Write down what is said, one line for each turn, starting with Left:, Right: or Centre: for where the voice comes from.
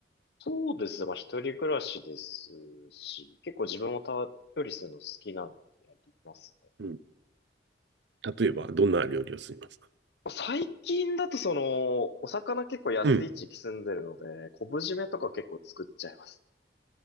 Left: そうですね、まあ一人暮らしですし、結構自分もたっぷりするの好きなんでやりますね。
Right: うん。例えば、どんな料理をすみますか
Left: まあ最近だとその、お魚結構安い地域住んでるので、
Right: うん。
Left: 昆布締めとか結構作っちゃいます。